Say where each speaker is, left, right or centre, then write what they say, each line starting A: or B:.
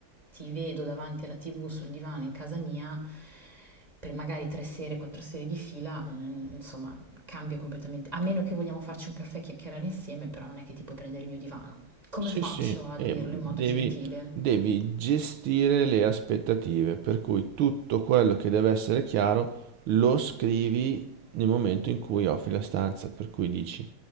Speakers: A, on the right (about 15°); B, on the right (about 80°).
A: ti vedo davanti alla TV sul divano in casa mia per magari tre sere, quattro sere di fila, mm, insomma, cambia completamente. A meno che vogliamo farci un caffè e chiacchierare insieme, però non è che ti puoi prendere il mio divano. Come
B: Sì,
A: faccio
B: sì,
A: a
B: e
A: dirlo
B: devi,
A: in modo gentile?
B: devi gestire le aspettative, per cui tutto quello che deve essere chiaro lo scrivi nel momento in cui offri la stanza, per cui dici